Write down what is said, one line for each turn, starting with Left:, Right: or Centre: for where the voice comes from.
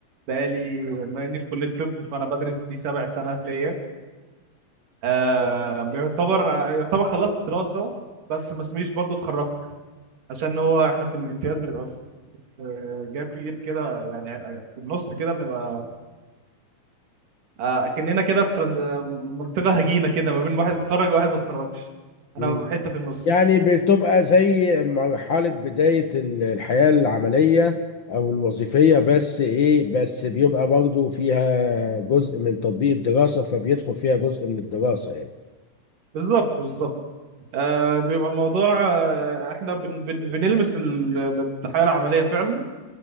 Right: بقالي ما اني في كليه طب فانا بدرس دي سبع سنه ليا آه يعتبر يعتبر خلصت دراسه بس ما اسميش برضو اتخرجت عشان هو احنا في الامتياز بنبقى في جاب كبير كده يعني في النص كده بنبقى آه، كأننا كده في تران- آه، منطقة هجينة كده ما بين واحد اتخرج وواحد ما اتخرجش
Left: مم.
Right: انا ببقى حتة في النص
Left: يعني بتبقى زي مرحله بدايه ال- الحياه العمليه او الوظيفيه بس ايه بس بيبقى برضه فيها جزء من تطبيق الدراسه فبيدخل فيها جزء من الدراسه يعني
Right: بالظبط بالظبط آه بيبقى الموضوع آه احنا بن بن بنلمس ال- الحياة العملية فعلا